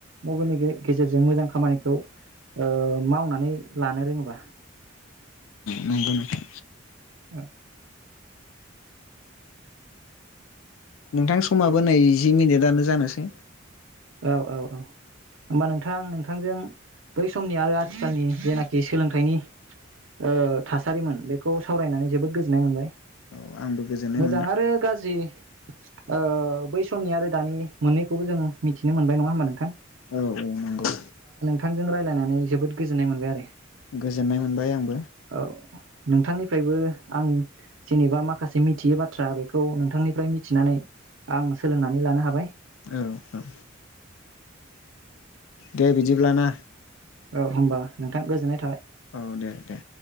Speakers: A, on the right; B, on the left.
A: मबाइलनि गेजेरजों मोजां खामानिखौ ओ मावनानै लानो रोंङोबा
B: नंगौ नोंथां
A: औ।
B: नोंथां समाबो नै जि मिनिटआनो जानोसै।
A: औ औ औ। होमबा नोंथां नोंथांजों। बै समनि आरो आथिखालनि जेनाखि सोलोंथाइनि ओ थासारिमोन बेखौ सावरायनानै जोबोद गोजोननाय मोनबाय।
B: औ आंबो गोजोननाय
A: मोजां
B: मोनदों
A: आरो गाज्रि। ओ बै समनि आरो दानि मोननैखौबो जों। मिथिनो मोनबाय नङा होमबा नोंथां?
B: औ औ नंगौ।
A: थांजों रायलायनानै जोबोद गोजोननाय मोनबाय आरो।
B: गोजोननाय मोनबाय आंबो।
A: औ नोंथांनिफ्रायबो आं जेनेबा माखासे मिथियै बाथ्रा बेखौ नोंथांनिफ्राय मिथिनानै आं सोलोंनानै लानो हाबाय।
B: औ औ। दे बिदिब्ला ना।
A: औ होमबा नोंथा गोजोननाय थाबाय।
B: औ दे दे।